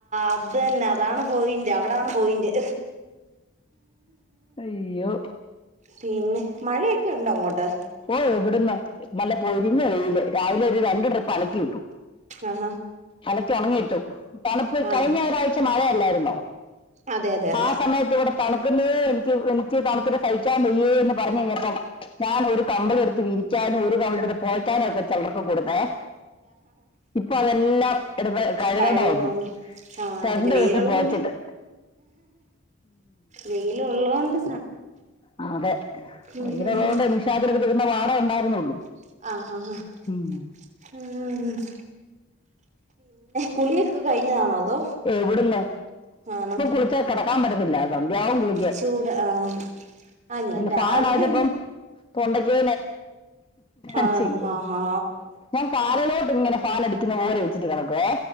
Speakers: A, on the right (about 35°); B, on the left (about 25°).
A: അത് തന്നെ. അതാണ് പോയിൻ്റ് അവിടാണ് പോയിൻ്റ്.
B: അയ്യോ
A: പിന്നെ മഴയൊക്കെ ഉണ്ടോ അങ്ങോട്ട്
B: ഓ എവിടുന്ന് നല്ല പൊരിഞ്ഞ വെയില്. രാവിലെ ഒരു രണ്ട് ട്രിപ്പ് അലക്കി ഇട്ടു.
A: ആഹാ
B: അലക്കി ഒണങ്ങി ഇട്ടു. തണുപ്പ്.
A: ആണോ
B: കഴിഞ്ഞ ഒരാഴ്ച മഴയല്ലേർന്നോ
A: അതെ അതെ അതെ
B: ആ
A: അതെ
B: സമയത്ത് ഇവിടെ തണുക്കുന്നേ. എനിയ്ക്ക് പിന്നെ നിയ്ക്ക് തണിത്തിട്ട് സഹിക്കാൻ വയ്യെന്ന് പറഞ്ഞു കഴിഞ്ഞപ്പം ഞാനൊരു കമ്പിളി എടുത്ത് വി ക്കാൻ ഒരു കിമ്പിളി എടുത്ത് പുതക്കാനൊക്കെ ചെലർക്കു കൊടുത്തേ ഇപ്പൊ അതെല്ലാം എടുത്ത് കഴുകണ്ട
A: കഴുകണോലോ
B: വന്നു
A: ആ
B: രണ്ടു
A: പിന്നെ വെയിലൊള്ളോണ്ട്.
B: ദിവസം പുതച്ചിട്ട്
A: വെയിലുള്ളതുകൊണ്ട്
B: ആ അതെ.
A: ഉം
B: വെയിലുള്ളതുകൊണ്ട് മിഷിനാത്ത് എടു ഇടുന്ന പാടേ ഉണ്ടായിരുന്നുള്ളൂ
A: അ അ
B: ഉം.
A: ആ കുളിയൊക്കെ കഴിഞ്ഞതാണോ അതോ
B: എവിടുന്ന്
A: ആണോ
B: ഇപ്പൊ കുളിച്ചാ കെടക്കാൻ പറ്റത്തില്ല രാവും കുളിക്കാൻ.
A: ചൂട് ആഹ് ആഹ് ഞാൻ രാവിലെ
B: ഫാൻ ഇടാന്ന് വെച്ചപ്പം തൊണ്ടയ്ക്ക്
A: ആണോ
B: ച്ചയ്യോ.
A: ആഹാ
B: ഞാൻ കാലിലോട്ട് ഇങ്ങനെ കാലടിക്കുന്ന പോലെ ഒഴിച്ചിട്ട് വേറെ എവിടെ വേ